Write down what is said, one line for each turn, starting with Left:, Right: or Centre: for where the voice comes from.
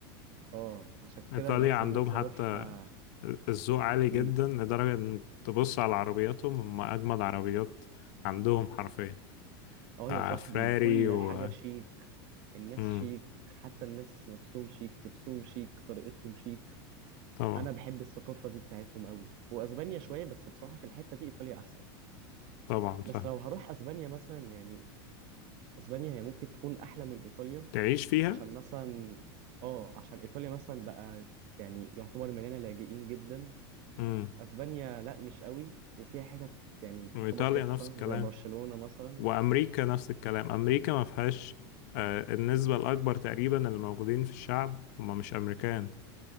Right: اه عشان كده
Left: ايطاليا
Right: مثلا
Left: عندهم
Right: نفسي
Left: حتى
Right: أروح آه،
Left: الذوق عالي جدا
Right: امم
Left: لدرجة ان تبص على عربياتهم هم اجمد عربيات عندهم حرفيا
Right: اه
Left: آه
Right: يا صاحبي
Left: فراري
Right: كل
Left: و
Right: حاجة شيك الناس
Left: امم
Right: شيك حتى الناس نفسهم شيك لبسهم شيك طريقتهم شيك
Left: طبعا
Right: انا بحب الثقافه دي بتاعتهم قوي واسبانيا شويه بس بصراحه في الحته دي ايطاليا احسن
Left: طبعا فاهم
Right: بس لو هروح اسبانيا مثلا يعني اسبانيا هي ممكن تكون احلى من ايطاليا
Left: تعيش فيها
Right: عشان مثلا اه عشان ايطاليا مثلا بقى يعني يعتبر مليانه لاجئين جدا
Left: امم
Right: اسبانيا لا مش قوي وفيها حتت يعني تعتبر
Left: وايطاليا
Right: تحفه
Left: نفس الكلام
Right: زي برشلونه مثلا
Left: وامريكا نفس الكلام امريكا ما فيهاش آه، النسبه الاكبر تقريبا اللي موجودين في الشعب هم مش امريكان